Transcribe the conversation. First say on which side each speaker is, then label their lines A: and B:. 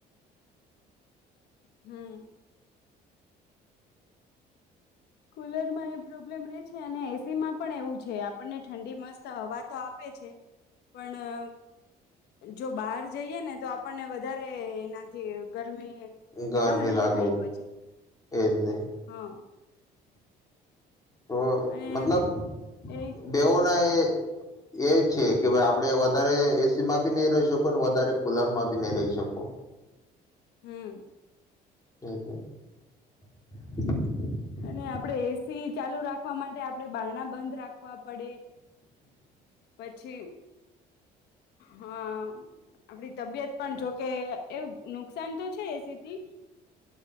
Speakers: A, on the left; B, on the left.
A: હમ્મ. કુલર માં એ પ્રોબ્લેમ રે છે અને એસી માં પણ એવું છે આપણને ઠંડી મસ્ત હવા તો આપે છે. પણ જો બહાર જઈએ ને તો આપણને વધારે એ એનાથી ગરમી
B: ગરમી
A: સહન નહી
B: લાગે
A: થાય પછી
B: એજ ને
A: હા.
B: તો
A: અને
B: મતલબ
A: એ
B: બેવો. હા એ છે કે ભાઈ આપણે વધારે એસી માં ભી નહી રહી શકો ને વધારે કુલર માં ભી નહી રહી શકો.
A: હમ્મ.
B: <inaudible>
A: ને આપણે એસી ચાલુ રાખવા માટે આપડે બારણા બંધ રાખવા પડે પછી હા આપડી તબિયત પણ જોકે એ એવું નુકસાન તો છે એ સી થી.